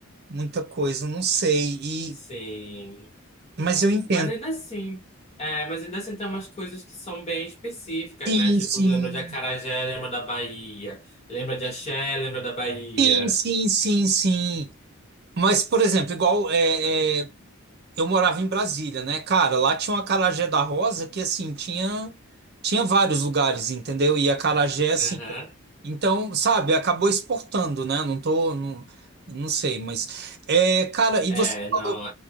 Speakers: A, on the right; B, on the left.
A: muita coisa, não sei, e,
B: Sim.
A: mas eu entendo.
B: Mas ainda assim, é, mas ainda assim tem umas coisas que são bem específicas,
A: Sim,
B: né? Tipo,
A: sim,
B: lembra de acarajé, lembra da Bahia. Lembra de axé, lembra da Bahia.
A: sim, sim, sim, sim. Mas, por exemplo, igual, é. é, eu morava em Brasília, né? Cara, lá tinha uma acarajé da Rosa que, assim, tinha, tinha vários lugares, entendeu? E acarajé, assim.
B: Aham.
A: Então, sabe, acabou exportando, né? Não tô. Não, não sei, mas. É, cara, e
B: É,
A: você
B: não.
A: falou,